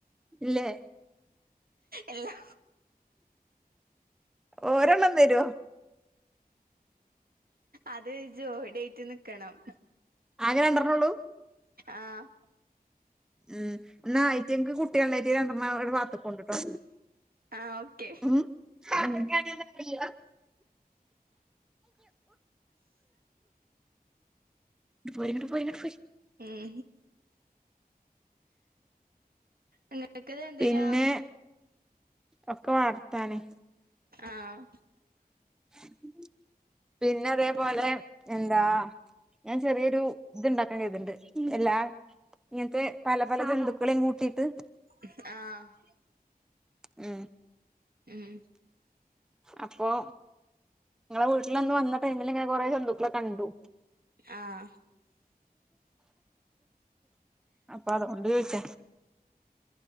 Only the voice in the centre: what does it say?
ഇല്ലേ
ഓരോണ്ണം തരോ
ആകെ രണ്ടെണ്ണം ഒള്ളൂ
ഉം ബന്ന ആയിറ്റങ്ങക്ക് കുട്ടിയാള് ഇണ്ടായണ് രണ്ടണ്ണം അവടെ പാത്ത് വെക്കൊണ്ട് ട്ടോ
ഉം <unintelligible> ഇങ്ങട്ട് പോര് ഇങ്ങട്ട് പോര് ഇങ്ങട്ട് പോര്
പിന്നെ ഒക്കെ വാർത്താന്
ഉ പിന്നെ അതേപോലെ എന്താ ഞാൻ ചെറിയൊരു ഇത്ണ്ടാക്കാൻ കെര്ത്ണ്ട് എല്ലാ ഇങ്ങനത്തെ പല പല ജന്തുക്കളെയും കൂട്ടിയിട്ട്
ഉം
അപ്പൊ നിങ്ങളെ വീട്ടിലൊന്ന് വന്ന ടൈമിൽ ഇങ്ങനെ കൊറെ ജന്തുക്കളക്കെ കണ്ടു
അപ്പൊ അത് കൊണ്ട് ചോദിച്ച